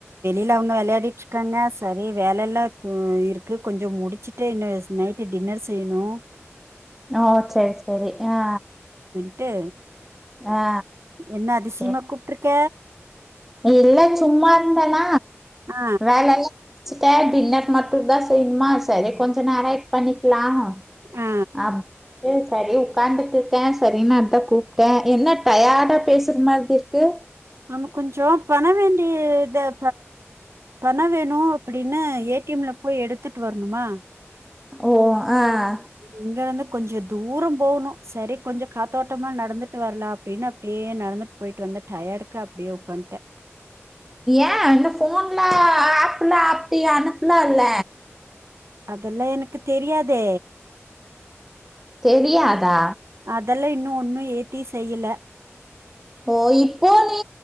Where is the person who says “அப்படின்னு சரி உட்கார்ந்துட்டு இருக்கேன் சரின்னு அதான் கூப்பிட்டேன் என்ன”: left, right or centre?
Centre